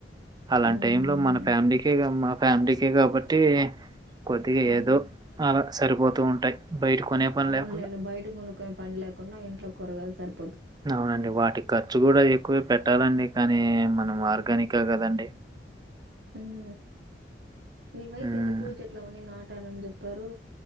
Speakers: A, on the right; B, on the right.
A: అలాంటి
B: హ్మ్.
A: టైం
B: అవునులేండి.
A: లో మన ఫ్యామిలీకే గాదు మక్ ఫ్యామిలీకే గాబట్టి కొద్దిగా
B: హ్మ్.
A: ఏదో అలా సరిపోత్ తు ఉంటాయి బయట కొనే పని
B: అవునులేండి
A: లేకుండా.
B: బయట కొనుక్కునే పని లేకుండా ఇంట్లో కూరగాయలు సర్
A: అవునండి వాటికి ఖర్చు కూడా ఎక్కువే పెట్ పెట్టాలండి కానీ మనం ఆర్గానిక గదండి
B: ఊమ్ మీ వైఫ్
A: హ్మ్.
B: ఏదో పూల చెట్లు అవన్నీ నాట్ టనని చెప్పారు